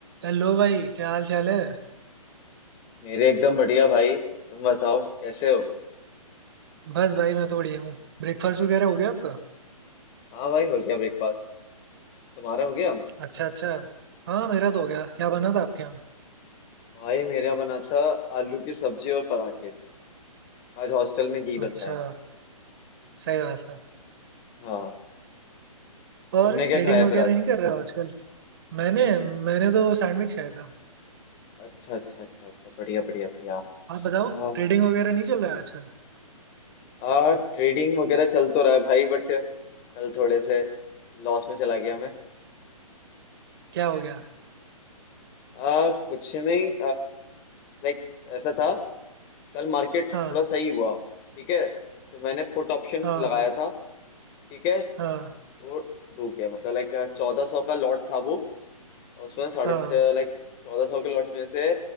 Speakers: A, on the right (about 40°); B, on the left (about 25°).
A: Hello भाई क्या हाल चाल है
B: मेरे एकदम बढ़िया भाई तुम बताओ कैसे हो
A: बस भाई मैं तो बढ़िया हूँ ब्रेकफास्ट वगैरह हो गया आपका
B: हाँ भाई हो गया ब्रेकफास्ट तुम्हारा हो गया
A: अच्छा अच्छा हाँ मेरा तो हो गया क्या बना था आपके यहाँ
B: भाई मेरा बना था आलू की सब्जी और पराठे आज हॉस्टल में यही
A: अच्छा
B: बनता है
A: सही बात है
B: हाँ
A: और
B: तुमने क्या
A: ट्रेडिंग
B: खाया
A: वगैरह
B: फिर आज
A: नहीं कर रहे हो आजकल मैंने मैंने तो सैंडविच खाया था
B: अच्छा अच्छा अच्छा अच्छा बढ़िया बढ़िया बढ़िया
A: आप बताओ
B: हाँ
A: ट्रेडिंग वगैरह नहीं चल रहा है आजकल
B: हाँ ट्रेडिंग वगैरह चल तो रहा है भाई बट कल थोड़े से लॉस में चला गया मैं
A: क्या हो गया
B: आ, कुछ नहीं लाइक ऐसा था कल मार्केट
A: हाँ
B: थोड़ा सही हुआ ठीक है तो मैंने पुट ऑप्शन
A: हाँ
B: लगाया था ठीक है
A: हाँ
B: वो डूब गया मतलब लाइक चौदह सौ का लॉट था वो और उसमें साढ़े
A: हाँ
B: लाइक चौदह सौ के लॉट्स में से